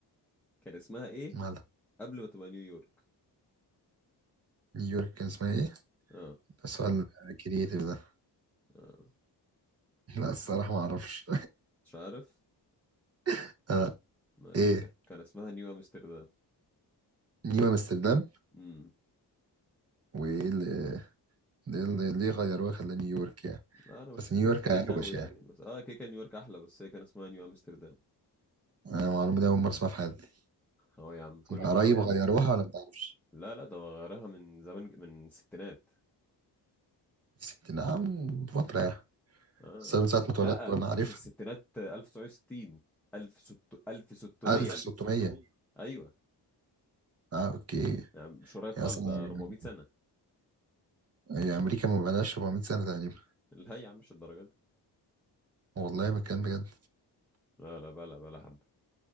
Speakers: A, in the centre; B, on the right.
A: كان اسمها ايه
B: مالها
A: قبل ما تبقى نيويورك
B: نيويورك كان اسمها ايه؟
A: اه
B: ده سؤال كرييتيف ده
A: اه
B: لا الصراحة ما اعرفش
A: مش عارف
B: <laughs> آه،
A: ماشي
B: ايه
A: كان كان اسمها نيو امستردام
B: نيو امستردام
A: امم
B: وايه اللي ليه ليه غيروها خلاه نيويورك يعني
A: لا انا مش
B: بس
A: فاكر
B: نيويورك
A: التاريخ
B: اروش
A: قوي
B: يعني
A: يعني بس اه كده كان نيويورك احلى بس هي كان اسمها نيو امستردام
B: أنا المعلومه دي اول مره اسمعها في حياتي
A: اهو يا عم كل
B: انت اه
A: يوم
B: قريب
A: معلومة
B: يعني
A: جديدة
B: غيروها ولا ما تعرفش
A: لا لا ده هو غيرها من زمان ج- من الستينات
B: الست نعم بفتره يعني
A: اه
B: بس أنا من ساعه ما اتولدت
A: لا
B: وانا
A: مش
B: عارفها
A: الستينات 1960 1600 1660
B: 1600 1600
A: ايوه
B: اه اوكي
A: يا عم مش قريب خالص
B: يا اصلا
A: ده 400 سنة
B: هي امريكا ما بقالهاش 400 سنه تقريبا
A: <laughs> لا يا عم مش الدرجة دي
B: والله بتكلم بجد
A: لا لا بلا بلا حبة